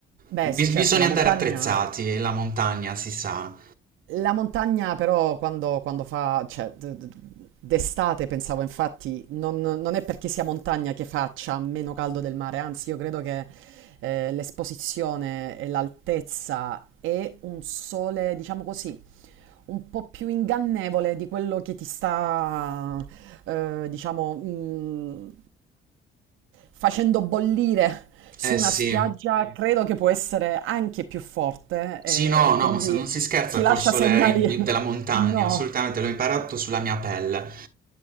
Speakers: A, on the right; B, on the right.
A: Beh,
B: Bis
A: sì, certo,
B: bisogna
A: la montagna,
B: andare attrezzati, la montagna si sa.
A: la montagna però quando, quando fa, cioè, d- d- d'estate pensavo infatti, non, non è perché sia montagna che faccia meno caldo del mare, anzi io credo che eh, l'esposizione e l'altezza e un sole, diciamo così, un po' più ingannevole di quello che ti sta, eh, diciamo, mm, facendo bollire su
B: Eh
A: una
B: sì.
A: spiaggia, Sì. credo che può essere anche più forte
B: Sì,
A: eh,
B: no,
A: e
B: no,
A: quindi
B: non s non si scherza
A: ti
B: col
A: lascia
B: sole
A: segnali. <laughs>
B: in
A: Assolutamente.
B: della montagna,
A: No,
B: assolutamente, l'ho imparato sulla mia pelle.